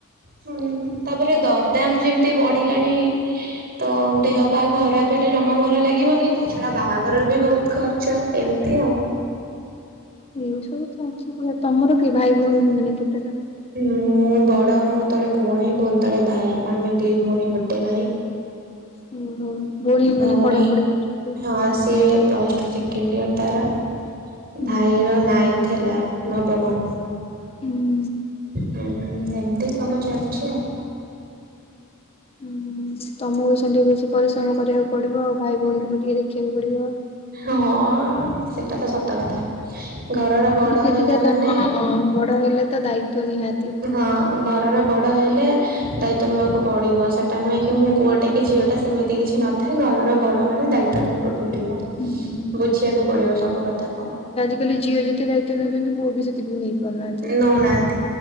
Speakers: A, on the right (about 45°); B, on the left (about 30°).
A: ହୁଁ ତାପରେ ଦଡ୍ ଦାମ ଯେମିତି ବଢିଲାଣି ତ ଦେହ ପା ଖରାପ ହେଲେ ଜମା ଭଲ ଲାଗିବନି। ତା ଛଡା ବାହାଘରରେ ବି ବହୁତ ଖର୍ଚ୍ଚ ଏମିତି ଆଉ।
B: ଏଇ ସବୁ ତ ଅଛି ପୁରା ତମର କେ ଭାଇ ଭଉଣୀ ମାନେ କେତେଟା?
A: ମୁଁ ବଡ ମୋ ତଳେ ଭଉଣୀ ଭଉଣୀ ତଳେ ଭାଇ ଆମେ ଦି ଭଉଣୀ ଗୋଟେ ଭାଇ।
B: ହୁଁ ହୁଁ ମାନେ
A: ଭଉଣୀ
B: ପଢାପଢି କରୁଛନ୍ତି
A: ହଁ ସିଏ ପ୍ଲସ୍ ଟୁ ସେକେଣ୍ଡ ଇୟର ତାର।
B: ହୁଁ
A: ଭାଇର ନାଇଁଥି ହେଲା ନବମ।
B: ହୁଁ
A: ହୁଁ ଏମତି ସବୁ ଚାଲିଛି ଆଉ।
B: ହୁଁ ତମକୁ ସେମିତି ବେଶୀ ପରିଶ୍ରମ କରିଆକୁ ପଡିବ ଆଉ ଭାଇ ଭଉଣୀଙ୍କୁ ବି ଟିକେ ଦେଖିବାକୁ ପଡିବ।
A: ହଁ ସେଟା ତ ସତ କଥା। ଘରର ବଡ
B: ଯେତେ
A: ହେଲା
B: ଯାହେଲେ
A: ମାନେ
B: ହଁ ବଡ ହେଲେ ତ ଦାୟିତ୍ଵ ନିହାତି।
A: ହଁ। ଘରର ବଡ଼ ହେଲେ ଦାୟିତ୍ୱ ନବାକୁ ପଡିବ ସେଟା ନୁହେଁ କି ମୁଁ ପୁଅଟେ କି ଝିଅଟା ସେମିତି କିଛି ନଥାଏ ଘରର ବଡ ମାନେ ଦାୟିତ୍ଵ ନବାକୁ ପଡ଼ିବ
B: ହୁଁ
A: ବୁଝିବାକୁ ପଡ଼ିବ ସବୁ କଥା କଣ।
B: ମୁକହିଲି ଝିଅ ଯେତେ ଦାୟିତ୍ୱ ନଉଚନ୍ତି ପୁଅବି ସେତିକି ନେଇ ପାରୁନାହାନ୍ତି।
A: ନଉନାହାନ୍ତି